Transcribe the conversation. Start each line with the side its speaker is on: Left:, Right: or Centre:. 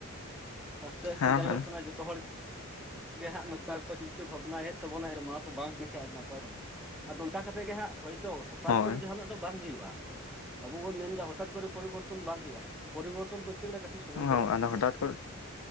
Centre: ᱟᱥᱛᱮ ᱟᱥᱛᱮ
Left: ᱦᱮᱸ
Centre: ᱧᱮᱞᱚᱜ ᱠᱟᱱᱟ ᱡᱚᱛ <unintelligible> ᱜᱮ ᱦᱟᱸᱜ ᱱᱚᱣᱟ ᱠᱚ ᱪᱤᱱᱛᱟᱹ ᱵᱷᱟᱵᱽᱱᱟᱭᱮᱫ ᱛᱟᱵᱚᱱᱟ᱾ ᱱᱚᱣᱟ ᱠᱚ ᱵᱟᱝ ᱦᱩᱭ ᱞᱮᱱᱠᱷᱟᱱ ᱟᱹᱰᱤ ᱱᱟᱯᱟᱭᱚᱜᱼᱟ᱾ ᱟᱫᱚ ᱚᱱᱠᱟ ᱠᱟᱛᱮᱜ ᱜᱮ ᱦᱟᱸᱜ ᱦᱳᱭᱛᱳ ᱦᱚᱴᱟᱛ
Left: ᱦᱳᱭ
Centre: ᱠᱚᱨᱮ ᱡᱟᱦᱟᱱᱟᱜ ᱵᱟᱝ ᱦᱩᱭᱩᱜᱼᱟ᱾ ᱟᱵᱚ ᱵᱚᱱ ᱢᱮᱱᱫᱟ ᱦᱚᱴᱟᱛ ᱠᱚᱨᱮ ᱯᱚᱨᱤᱵᱚᱨᱛᱚᱱ ᱵᱟᱝ ᱦᱩᱭᱩᱜᱼᱟ, ᱯᱚᱨᱤᱵᱚᱨᱛᱚᱱ ᱠᱚᱨᱛᱮ ᱜᱮᱞᱮ ᱠᱟᱹᱴᱤᱡ ᱥᱚᱢᱚᱭ
Left: ᱦᱳ
Centre: ᱫᱚ ᱞᱟᱜᱟᱜ
Left: ᱟᱫᱚ
Centre: ᱜᱮᱭᱟ
Left: ᱦᱚᱴᱟᱛ ᱠᱚᱨᱮ